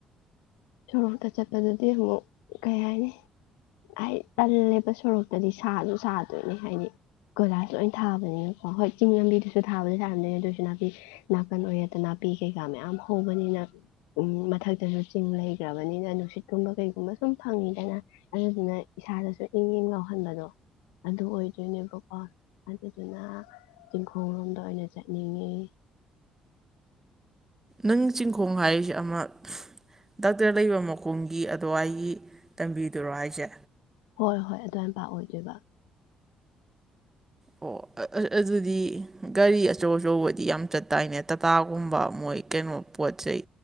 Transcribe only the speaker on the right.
ꯅꯪ ꯆꯤꯡꯈꯣꯡ ꯍꯥꯏꯔꯤꯁꯤ ꯑꯃ ꯗꯥꯛꯇꯔ ꯂꯩꯕ ꯃꯈꯨꯝꯒꯤ ꯑꯗ ꯑꯩꯒꯤ ꯇꯝꯕꯤꯗꯨꯔꯣ ꯍꯥꯏꯁꯦ
ꯑꯣ ꯑꯗꯨꯗꯤ ꯒꯥꯔꯤ ꯑꯆꯧ ꯑꯆꯧꯕꯗꯤ ꯌꯥꯝ ꯆ ꯇꯥꯏꯅꯦ ꯇꯥꯇꯥꯒꯨꯝꯕ ꯃꯣꯏ ꯀꯩꯅꯣ ꯄꯣꯠ ꯆꯩ